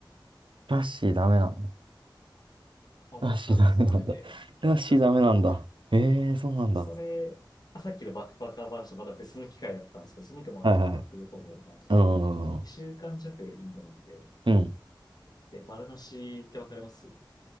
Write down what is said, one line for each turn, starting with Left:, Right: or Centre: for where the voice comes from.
Right: ラッシーダメなの
Left: あ、
Right: ラッシーダメなんだ。
Left: 僕食べたやつダメで、
Right: <laughs> ラッシーダメなんだ。
Left: そう。
Right: ええー、そうなんだ。
Left: それ、あさっきのバックパッカー話とまだ別の機会だったんですけど、その時もまあバックパック旅行みたいな感じで、
Right: はいはい。うん。うん。
Left: 2週間弱インドに行って、
Right: うん、
Left: で、バラナシってわかります